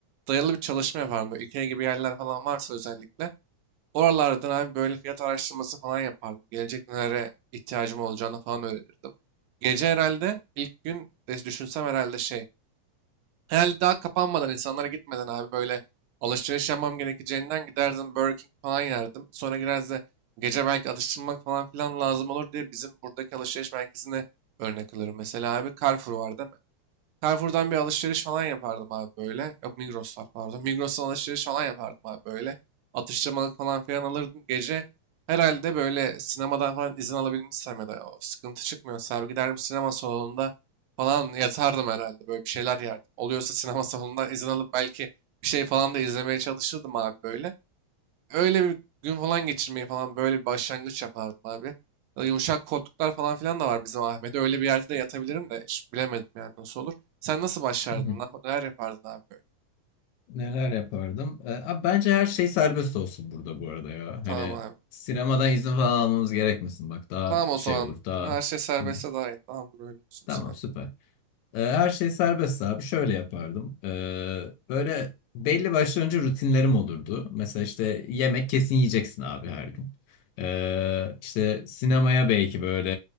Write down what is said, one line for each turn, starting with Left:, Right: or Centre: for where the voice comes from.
Right: dayalı bir çalışma yapardım. Böyle IKEA gibi yerler falan varsa özellikle. Oralardan abi böyle fiyat araştırması falan yapardım. Gelecek nelere ihtiyacım olacağını falan öğrenirdim. Gece herhalde ilk gün de düşünsem herhalde şey Herhalde daha kapanmadan, insanlara gitmeden abi böyle alışveriş yapmam gerekeceğinden giderdim Burger King falan yerdim. Sonra gireriz de gece belki atıştırmak falan filan lazım olur diye bizim buradaki alışveriş merkezine örnek alırım. Mesela abi Carrefour vardı. Carrefour'dan bir alışveriş falan yapardım abi böyle. Yok Migros var pardon. Migros'tan alışveriş falan yapardım abi böyle. Atıştırmalık falan filan alırdım. Gece herhalde böyle sinemadan falan izin alabilmişsem ya da o sıkıntı çıkmıyorsa abi giderim sinema salonunda falan yatardım herhalde. Böyle bir şeyler yerdim. Oluyorsa sinema salonundan izin alıp belki bir şey falan da izlemeye çalışırdım abi böyle. Öyle bir gün falan geçirmeyi falan böyle bir başlangıç yapardım abi. Ya da Yumuşak koltuklar falan filan da var bizim Ahmet'e. Öyle bir yerde de yatabilirim de hiç bilemedim yani nasıl olur. Sen nasıl başlardın?
Left: Hı hı.
Right: Ne yap- Neler yapardın abi böyle?
Left: Neler yapardım? Ee, abi bence her şey serbest olsun burada bu arada ya.
Right: Tamam
Left: Hani
Right: abi.
Left: sinemadan izin falan almamız gerekmesin. Bak daha
Right: Tamam o
Left: şey
Right: zaman
Left: olur daha.
Right: her şey serbestse
Left: Hı.
Right: daha iyi. Tamam böyle olsun
Left: Tamam
Right: sen.
Left: süper. Ee, Her şey serbest abi. Şöyle yapardım. Ee, Böyle belli başlı önce rutinlerim olurdu. Mesela işte yemek kesin yiyeceksin abi her gün. Ee, işte sinemaya belki böyle